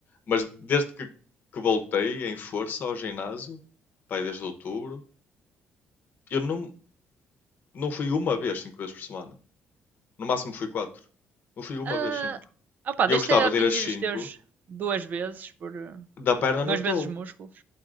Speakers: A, on the left (about 50°); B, on the right (about 45°).
A: Mas desde que, que voltei em força ao ginásio, pai, desde outubro, eu não, não fui uma vez 5 vezes por semana. No máximo fui quatro Não fui uma
B: Ah,
A: vez cinco
B: opa,
A: E
B: desde
A: eu gostava
B: que esteja atingir
A: de ir às cinco
B: os teus duas vezes por eh,
A: da perna não
B: duas
A: estou.
B: vezes músculos.